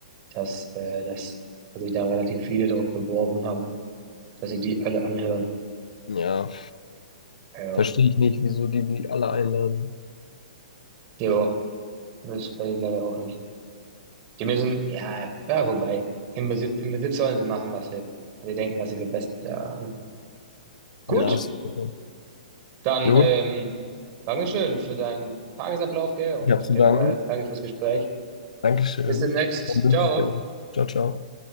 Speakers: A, on the right; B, on the left.
A: dass, äh, dass sich da relativ viele drauf beworben haben, dass sie die alle anhören.
B: ja.
A: Ja.
B: Verstehe ich nicht, wieso die die alle einladen.
A: Ja, das weiß ich leider auch nicht. Die müssen, ja, ja, wobei. Im Prinzip, im Prinzip sollen sie machen, was sie, was sie denken, was sie für best haben. Gut,
B: Ja, super.
A: dann
B: Gut,
A: ähm, Dankeschön für deinen Tagesablauf, gell? Und
B: ich habe zu
A: generell
B: danken.
A: danke fürs Gespräch.
B: Dankeschön.
A: Bis demnächst.
B: Dann wünsche
A: Ciao.
B: ich dir was. Ciao, ciao.